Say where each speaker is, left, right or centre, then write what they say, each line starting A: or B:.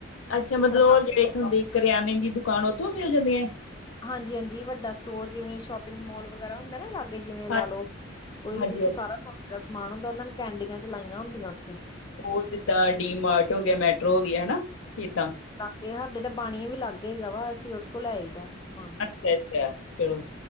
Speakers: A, on the left; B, on the left.
A: ਅੱਛਾ
B: ਤੇ
A: ਮਤਲਬ
B: ਖਰਾਬ
A: ਉਹ ਜਿਹੜੀ ਹੁੰਦੀ ਕਰਿਆਨੇ ਦੀ ਦੁਕਾਨ ਉੱਥੋਂ ਮਿਲ ਜਾਂਦੀਆਂ?
B: ਹਾਂਜੀ-ਹਾਂਜੀ ਵੱਡਾ ਸਟੋਰ ਜਿਵੇਂ ਸ਼ੋਪਿੰਗ ਮੋਲ ਵਗੈਰਾ ਹੁੰਦਾ ਨਾ ਲਾਗੇ ਜਿਵੇਂ ਲਾ
A: ਹਾਂ
B: ਲੋ, ਕੋਈ ਵੀ
A: ਹਾਂਜੀ,
B: ਜਿੱਥੋਂ
A: ਹਾਂਜੀ
B: ਸਾਰਾ ਤੋਡੇ ਦਾ ਸਮਾਨ ਹੁੰਦਾ ਉਹਨਾਂ ਨੇ ਕੈਂਡੀਆਂ ਚਲਾਈਆਂ ਹੁੰਦੀਆਂ ਉੱਥੇ।
A: ਹੋ ਜਿੱਦਾਂ ਡੀ ਮਾਰਟ ਹੋ ਗਿਆ, ਮੈਟਰੋ ਹੋ ਗਿਆ ਹਨਾ, ਏਦਾਂ।
B: ਲਾਗੇ ਸਾਡੇ ਤਾਂ ਬਾਣੀਆਂ ਵੀ ਲਾਗੇ ਹੈਗਾ ਵਾ ਅਸੀਂ ਉਹਦੇ ਕੋਲ ਲੈ ਆਈ ਦਾ ਸਮਾਨ।
A: ਅੱਛਾ-ਅੱਛਾ ਚਲੋ,